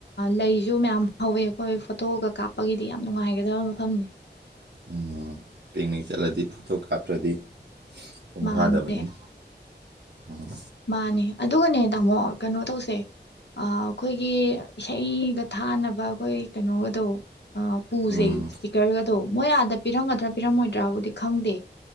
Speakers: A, on the left; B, on the right.
A: ꯂꯩꯁꯨ ꯃꯌꯥꯝ ꯍꯧꯋꯦ ꯑꯩꯈꯣꯏ ꯐꯣꯇꯣꯒ ꯀꯥꯞꯄꯒꯤꯗꯤ ꯌꯥꯝ ꯅꯨꯡꯉꯥꯏꯒꯗꯕ ꯃꯐꯝꯅꯤ
B: ꯎꯝ ꯄꯤꯅꯤꯛ ꯆꯠꯂꯗꯤ ꯐꯣꯇꯣ ꯀꯥꯞꯇ꯭ꯔꯗꯤ ꯃꯄꯨꯡ
A: ꯃꯥꯟꯗꯦ
B: ꯐꯗꯕꯅꯤꯅꯦ ꯎꯝ
A: ꯃꯥꯅꯦ ꯑꯗꯨꯒꯅꯦ ꯇꯥꯃꯣ ꯀꯩꯅꯣ ꯇꯧꯁꯦ ꯑꯥ ꯑꯩꯈꯣꯏꯒꯤ ꯏꯁꯩꯒ ꯊꯥꯅꯕ ꯑꯩꯈꯣꯏ ꯀꯩꯅꯣꯗꯣ ꯑꯥ ꯄꯨꯖꯦ
B: ꯎꯝ
A: ꯏꯁꯄꯤꯀꯔꯒ ꯑꯗꯣ ꯃꯣꯏ ꯑꯥꯗ ꯄꯤꯔꯝꯒꯗ꯭ꯔꯥ ꯄꯤꯔꯝꯃꯣꯏꯗ꯭ꯔꯥꯕꯨꯗꯤ ꯈꯪꯗꯦ